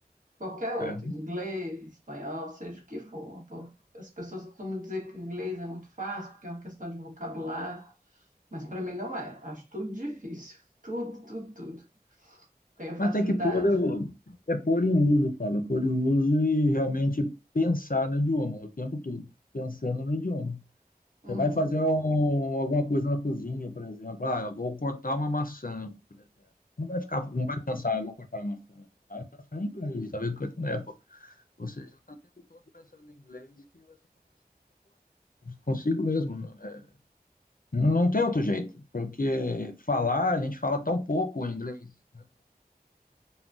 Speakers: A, on the right; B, on the left.
A: Qualquer outro,
B: né? É.
A: inglês, espanhol, seja o que for. Pô, As pessoas costumam dizer que inglês é muito fácil, porque é uma questão de vocabulário, mas para mim não é. Acho tudo difícil. <laughs> Tudo, tudo, tudo. Tenho facilidade.
B: Mas tem que pôr, eu- é pôr em uso, fala, pôr em uso e realmente pensar no idioma o tempo todo, pensando no idioma.
A: Uhum.
B: Você vai fazer um- alguma coisa na cozinha, por exemplo. Ah, eu vou cortar uma maçã, por exemplo. Não vai ficar, não vai pensar, eu vou cortar uma maçã. Vai pensar em inglês, sabe? Cortando Apple. Você já está o tempo todo pensando em inglês que você começa a ficar Consigo mesmo. é. não tem outro jeito, porque falar, a gente fala tão pouco o inglês, né?